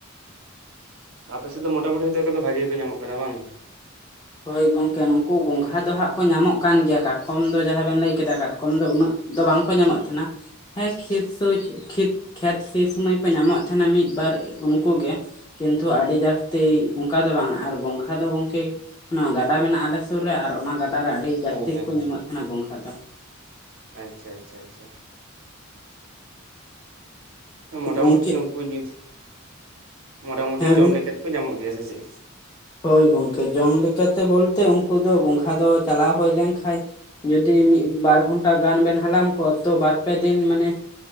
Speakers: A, on the right; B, on the left.
A: ᱟᱯᱮᱥᱮᱫ ᱫᱚ ᱢᱚᱴᱟᱢᱩᱴᱤ ᱦᱚᱳ ᱛᱚ ᱱᱮᱛᱚᱜ ᱫᱚ ᱵᱷᱟᱜᱮ ᱜᱮ ᱠᱚ ᱧᱟᱢᱚᱜ ᱠᱟᱱᱟ ᱵᱟᱝ?
B: ᱦᱳᱭ ᱜᱚᱝᱠᱮ ᱱᱩᱠᱩ ᱜᱚᱸᱜᱷᱟ ᱫᱚ ᱦᱟᱸᱜ ᱠᱚ ᱧᱟᱢᱚᱜ ᱠᱟᱱ ᱜᱮᱭᱟ ᱠᱟᱴᱠᱚᱢ ᱫᱚ ᱡᱟᱦᱟᱸ ᱵᱮᱱ ᱞᱟᱹᱭ ᱠᱮᱫᱟ ᱠᱟᱴᱠᱚᱢ ᱫᱚ ᱩᱱᱟᱹᱜ ᱫᱚ ᱵᱟᱝᱠᱚ ᱧᱟᱢᱚᱜ ᱛᱟᱦᱮᱱᱟ᱾ ᱦᱮᱸ ᱠᱷᱮᱛ ᱥᱳᱪ ᱠᱷᱮᱛ ᱠᱷᱮᱛ ᱥᱤ ᱥᱳᱢᱚᱭ ᱠᱚ ᱧᱟᱢᱚᱜ ᱛᱟᱦᱮᱱᱟ ᱢᱤᱫ ᱵᱟᱨ ᱩᱱᱠᱩ ᱜᱮ᱾ ᱠᱤᱱᱛᱩ ᱟᱹᱰᱤ ᱡᱟᱹᱥᱛᱤ ᱚᱱᱠᱟ ᱫᱚ ᱵᱟᱝ ᱟᱨ ᱜᱚᱝᱜᱷᱟ ᱫᱚ ᱜᱚᱝᱠᱮ ᱚᱱᱟ ᱜᱟᱰᱟ ᱢᱮᱱᱟᱜᱼᱟ ᱟᱞᱮ ᱥᱩᱨ ᱨᱮ ᱟᱨ ᱚᱱᱟ ᱜᱟᱰᱟ ᱨᱮ ᱟᱹᱰᱤ ᱡᱟᱹᱥᱛᱤ
A: ᱦᱮᱸ ᱦᱮᱸ
B: ᱠᱚ
A: ᱦᱮᱸ
B: ᱧᱟᱢᱚᱜ ᱛᱟᱦᱮᱱᱟ ᱜᱚᱝᱠᱷᱟ ᱫᱚ᱾
A: ᱟᱪᱪᱷᱟ ᱟᱪᱪᱷᱟ ᱟᱪᱷᱟ ᱢᱚᱴᱟᱢᱩᱴᱤ
B: ᱜᱚᱝᱠᱮ
A: ᱱᱩᱠᱩ ᱡᱩᱫ, ᱢᱚᱴᱟᱢᱩᱴᱤ
B: ᱦᱮᱸ
A: ᱡᱚᱢ
B: ᱜᱚᱝᱠᱮ
A: ᱞᱮᱠᱟ ᱛᱮᱠᱚ ᱧᱟᱢᱚᱜ ᱜᱮᱭᱟ ᱥᱮ ᱪᱮᱫ?
B: ᱦᱳᱭ ᱜᱚᱝᱠᱮ ᱡᱚᱢ ᱞᱮᱠᱟᱛᱮ ᱵᱚᱞᱛᱮ, ᱩᱱᱠᱩ ᱫᱚ ᱜᱚᱝᱜᱷᱟ ᱫᱚ ᱪᱟᱞᱟᱣ ᱦᱩᱭ ᱞᱮᱱᱠᱷᱟᱡ ᱡᱩᱫᱤ ᱢᱤᱫ ᱵᱟᱨ ᱜᱷᱚᱱᱴᱟ ᱜᱟᱱ ᱵᱮᱱ ᱦᱟᱞᱟᱝ ᱠᱚᱣᱟ ᱛᱚ ᱵᱟᱨᱯᱮ ᱫᱤᱱ ᱢᱟᱱᱮ